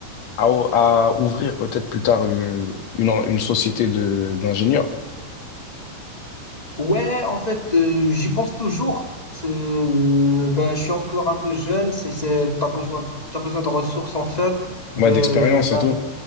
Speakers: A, on the left; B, on the left.
A: à, à ouvrir peut-être plus tard une, une, en- une société de, d'ingénieurs,
B: Ouais, en fait, euh, j'y pense toujours. C'est- euh, ben, je suis encore un peu jeune, c'est, c'est, t'as besoin, t'as besoin de ressources, en fait de
A: ouais, d'expérience
B: d'un
A: et tout.